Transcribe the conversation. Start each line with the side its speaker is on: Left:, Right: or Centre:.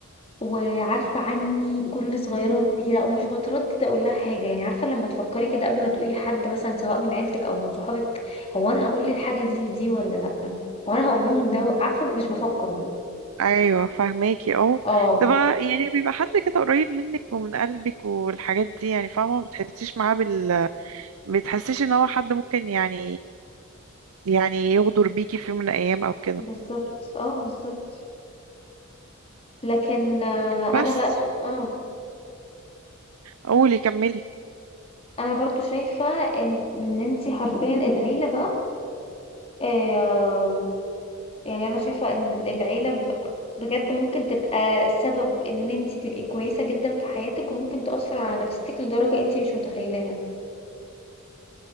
Left: وعارفة عني كل صغيرة وكبيرة ومش بتردد اقول لها حاجة يعني عارفة لما تفكري كده قبل ما تقولي لحد مثلا سواء من عيلتك او من صحابك هو انا هقول الحاجة دي لدي ولا لا هو انا هقول لهم ده عارفة مش بفكر
Right: ايوه فهماكي اه
Left: اه
Right: ده بقى يعني بيبقى حد كده قريب منك ومن قلبك والحاجات دي يعني فاهمه ما بتحسيش معاه بال بتحسيش ان هو حد ممكن يعني يعني يغدر بيكي في يوم من الايام او كده
Left: بالظبط اه بالظبط لكن آه،
Right: بس
Left: انا بقى ش... اه
Right: قولي كملي
Left: انا برضو شايفة ان ان انتي حرفيا العيلة بقى آه، يعني انا شايفة ان العيلة ب- بجد ممكن تبقى سبب ان انت تبقي كويسة جدا في حياتك وممكن تأثر على نفسيتك لدرجة انت مش متخيلاها